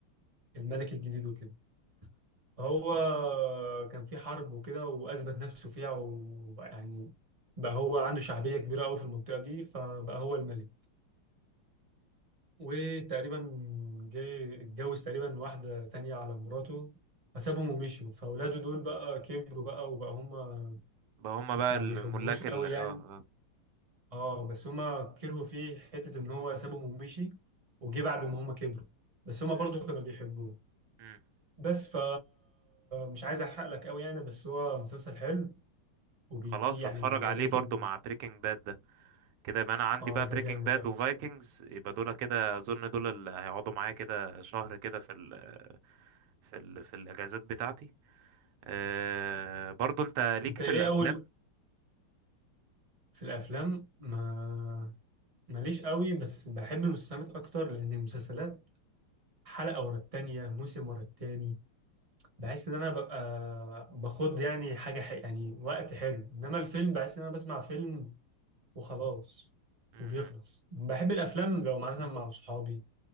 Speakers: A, on the right; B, on the right.
A: الملك الجديد وكده فهو كان في حرب وكده وأثبت نفسه فيها وبقى يعني بقى هو عنده شعبية كبيرة أوي في المنطقة دي فبقى هو الملك وتقريبا جه اتجوز تقريبا واحدة تانية على مراته فسابهم ومشوا فأولاده دول بقى كبروا بقى وبقى هما
B: بقى هما بقى
A: ما
B: الملاك
A: بيحبوهوش قوي
B: ال اه
A: يعني
B: اه
A: اه بس هما كرهوا فيه حتة إن هو سابهم ومشي وجه بعد ما هما كبروا بس هما
B: مم.
A: برضه كانوا بيحبوه
B: مم.
A: بس ف مش عايز أحرق لك قوي يعني بس هو مسلسل حلو وبيدي
B: خلاص
A: يعني
B: هتفرج
A: بيوريك
B: عليه برضو
A: إن
B: مع بريكنج باد ده كده يبقى انا عندي
A: اه
B: بقى
A: ده
B: بريكنج
A: جامد
B: باد
A: قوي
B: وفايكنجز
A: الصراحة
B: يبقى دول كده اظن دول اللي هيقعدوا معايا كده شهر كده في ال في ال في الاجازات بتاعتي أه برضو انت ليك
A: أنت
B: في
A: إيه
B: الافلام
A: أول في الأفلام ما ماليش قوي بس بحب المسلسلات اكتر لان المسلسلات حلقه ورا التانيه موسم ورا التاني بحس ان انا ببقى باخد يعني حاجه ح... يعني وقت حلو انما الفيلم بحس ان انا بسمع فيلم وخلاص
B: مم.
A: وبيخلص بحب الافلام لو مع- مثلا مع صحابي